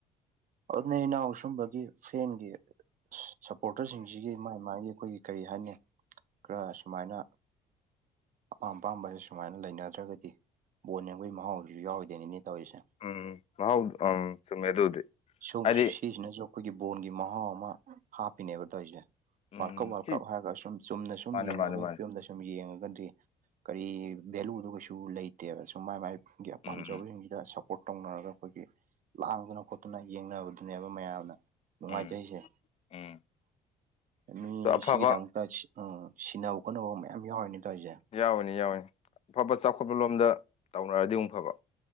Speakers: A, on the right; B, on the left.
A: ꯑꯗꯨꯅꯦ ꯏꯅꯥꯎ ꯁꯨꯝꯕꯒꯤ ꯐꯦꯟꯒꯤ ꯁꯄꯣꯔꯇꯔꯁꯤꯡꯁꯤꯒꯤ ꯃꯥꯒꯤ ꯃꯥꯒꯤ ꯑꯩꯈꯣꯏꯒꯤ ꯀꯔꯤ ꯍꯥꯏꯅꯤ ꯈꯔ ꯁꯨꯃꯥꯏꯅ ꯑꯄꯥꯝ ꯑꯄꯥꯝꯕꯁꯦ ꯁꯨꯃꯥꯏꯅ ꯂꯩꯅꯗ꯭ꯔꯒꯗꯤ ꯕꯣꯟ ꯌꯦꯡꯕꯒꯤ ꯃꯍꯥꯎꯗꯨꯁꯨ ꯌꯥꯎꯔꯣꯏꯗꯣꯏꯅꯤꯅꯦ ꯇꯧꯔꯤꯁꯦ
B: ꯎꯝ ꯃꯥꯍꯥꯎ ꯑ ꯆꯨꯝꯃꯦ ꯑꯗꯨꯕꯨꯗꯤ
A: ꯁꯧ
B: ꯍꯥꯏꯗꯤ
A: ꯁꯤꯖꯤꯅꯖꯨ ꯑꯩꯈꯣꯏꯒꯤ ꯕꯣꯜꯒꯤ ꯃꯍꯥꯎ ꯑꯃ ꯍꯥꯞꯄꯤꯅꯦꯕ ꯇꯧꯔꯤꯖꯦ
B: ꯎꯝ
A: ꯋꯥꯔꯜ ꯀꯞ ꯋꯥꯔꯜ
B: ꯁꯤ
A: ꯀꯞ ꯍꯥꯏꯔꯒ ꯁꯨꯝ ꯆꯨꯝꯅ ꯁꯨꯝ
B: ꯃꯥꯅꯦ
A: ꯌꯦꯡꯅꯕꯒꯤ
B: ꯃꯥꯅꯦ ꯃꯥꯅꯦ
A: ꯐꯤꯕꯝꯗ ꯁꯨꯝ ꯌꯦꯡꯉꯒ ꯀꯔꯤ ꯚꯦꯂꯨꯗꯣ ꯀꯩꯁꯨ ꯂꯩꯇꯦꯕ ꯁꯨꯝ ꯃꯥꯏ ꯃꯥꯏꯒꯤ
B: ꯎꯝ
A: ꯄꯥꯝꯖꯕꯖꯤꯡꯁꯤꯗ
B: ꯎꯝ
A: ꯁꯞ ꯄꯣꯔꯠ ꯇꯧꯅꯔꯒ ꯑꯩꯈꯣꯏꯒꯤ ꯂꯥꯡꯗꯅ ꯈꯣꯠꯇꯅ ꯌꯦꯡꯅꯕꯗꯨꯅꯦꯕ ꯃꯌꯥꯝꯅ ꯅꯨꯡꯉꯥꯏꯖꯩꯁꯖꯦ
B: ꯎꯝ ꯎꯝ
A: ꯃꯤ
B: ꯑꯗꯣ ꯑꯐꯕ
A: ꯁꯤꯒꯤꯗꯃꯛꯇ ꯁꯤ ꯑ ꯁꯤꯅꯕ ꯈꯣꯠꯅꯕ ꯃꯌꯥꯝ ꯌꯥꯎꯔꯤꯅꯦ ꯇꯧꯔꯤꯖꯦ
B: ꯌꯥꯎꯋꯤꯅꯦ ꯌꯥꯎꯋꯤꯅꯦ ꯑꯐꯕ ꯆꯥꯎꯈꯠꯄ ꯂꯣꯝꯗ ꯇꯧꯅꯔꯗꯤ ꯑꯃꯨꯛ ꯐꯕ